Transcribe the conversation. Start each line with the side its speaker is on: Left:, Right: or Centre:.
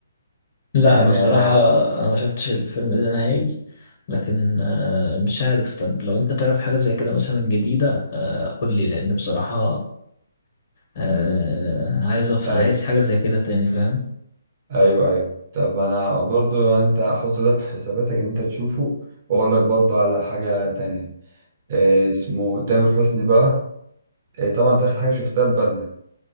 Left: لا
Right: يعني
Left: بصراحه
Right: أنا
Left: انا ما شفتش الفيلم ده نهائي لكن آه، مش عارف طب لو انت تعرف حاجه زي كده مثلا جديده آه، قول لي لان بصراحه آه، عايز أف...
Right: أي
Left: عايز حاجه زي كده تاني فاهم
Right: أيوه أيوه طب أنا برضو يعني أنت حط ده في حساباتك إن أنت تشوفه وأقول لك برضو على حاجة تانية إيه اسمه تامر حسني بقى إيه طبعا أنت آخر حاجة شفتها البدلة